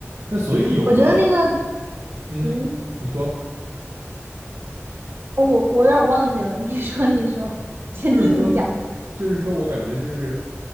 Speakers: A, on the right; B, on the right.
A: 那所以有的
B: 我觉得那个
A: 嗯，
B: 嗯，
A: 你说。
B: 我我有点忘记了，你说你说，先听你讲，
A: 就是说，就是说我感觉就是